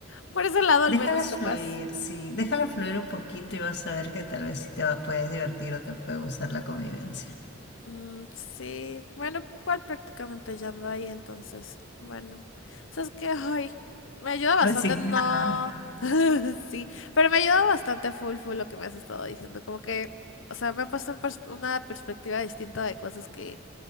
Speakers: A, on the left; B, on the left.
A: por ese lado al
B: Déjalas
A: menos, capaz.
B: fluir, sí, déjala fluir un poquito y vas a ver que tal vez sí te va, puedes divertir o te puede gustar la convivencia.
A: Mm, sí, bueno, cual prácticamente ya ando ahí entonces. Bueno, sabes que hoy me ayuda bastante,
B: Resignada.
A: no, <laughs> sí, pero me ayuda bastante full full lo que me has estado diciendo, como que, o sea, me ha puesto en pers- una perspectiva distinta de cosas que,